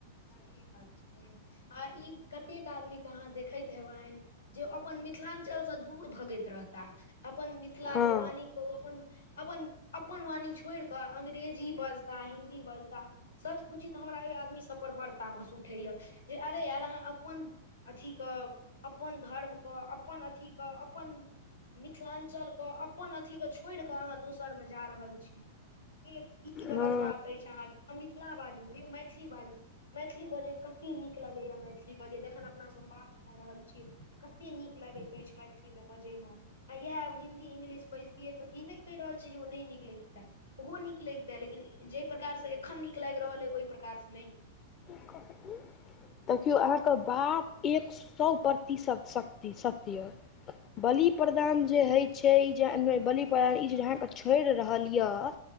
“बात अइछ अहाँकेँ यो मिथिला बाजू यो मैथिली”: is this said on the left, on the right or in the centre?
Left